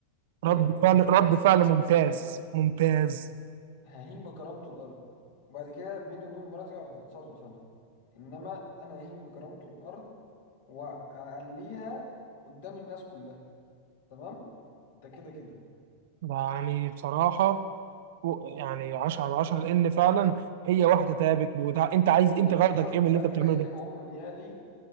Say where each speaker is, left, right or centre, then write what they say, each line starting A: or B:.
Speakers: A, on the right (about 55°); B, on the left (about 50°).
A: رد
B: ايه
A: فعل رد فعل ممتاز ممتاز
B: ههين بكرامته الارض وبعد كده بيني وبين مراتي اعرف اتصرف انا انما انا ههين بكرامته الارض واعليها قدام الناس كلها تمام ده كده كده
A: يعني بصراحه و- يعني 10 على 10 لان فعلا هي واحده ثابت وده انت عايز
B: لان
A: انت غرضك
B: في الاول وفي
A: ايه من اللي
B: الاخر
A: انت بتعمله
B: هي
A: ده
B: تبقى ام عيالي